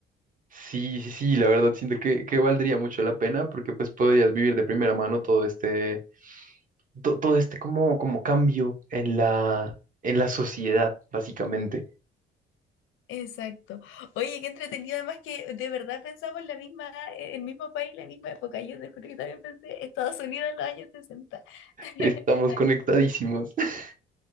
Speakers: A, on the right; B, on the left.
A: Sí, sí, sí, la verdad siento que, que valdría mucho la pena porque pues podrías vivir de primera mano todo este, to- todo este como, como cambio en la, en la sociedad, básicamente.
B: Exacto. Oye, qué entretenido, además que de verdad pensamos la misma, eh, el mismo país, la misma época. Yo te juro que también pensé Estados Unidos en los años sesenta <laughs>
A: Estamos conectadísimos. <laughs>